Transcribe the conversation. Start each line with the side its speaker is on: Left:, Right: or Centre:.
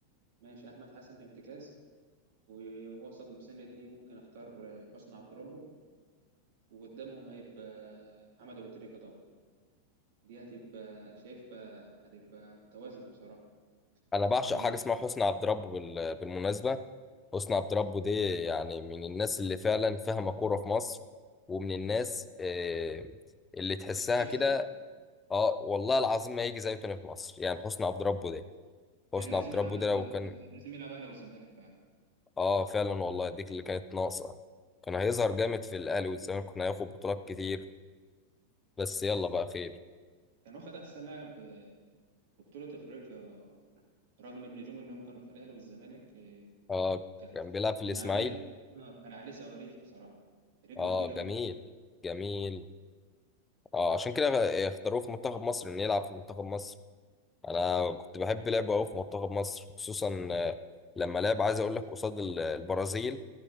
Right: ماشي احمد حسن ارتكاز ووسط مساند ليه ممكن اختار آه، حسني عبد ربه وقدامهم هيبقى محمد ابو تريكة طبعا دي هتبقى شايفها هتبقى متوازنه بصراحه
Left: انا بعشق
Right: ان
Left: حاجه اسمها حسني عبد ربه بال- بالمناسبه حسني عبد ربه دي يعني من الناس اللي فعلا فاهمه كوره في مصر ومن الناس آه، اللي تحسها
Right: القيصر
Left: كده اه والله العظيم ما هيجي زيه تاني في مصر يعني حسني عبد ربه ده
Right: كان
Left: حسني
Right: لازم
Left: عبد
Right: يلعب
Left: ربه
Right: اهلي
Left: ده لو كان
Right: كان كان لازم يلعب اهلي والزمالك فعلا
Left: اه فعلا والله دي اللي كانت ناقصه كان هيظهر جامد في الاهلي والزمالك كنا هياخد بطولات كتير بس يلا بقى خير
Right: كان واخد احسن لاعب في بطوله افريقيا رغم النجوم اللي هم كانوا في الاهلي والزمالك إيه،
Left: اه
Right: كان
Left: كان بيلعب في
Right: كان
Left: الاسماعيلي
Right: عليه آه، كان عليه صواريخ بصراحه رجله
Left: اه
Right: تقيله قوي
Left: جميل جميل اه عشان كده اختاروه في منتخب مصر انه يلعب في منتخب مصر انا كنت بحب لعبه قوي في منتخب مصر خصوصا آه، لما لعب عايز اقول لك قصاد ال- البرازيل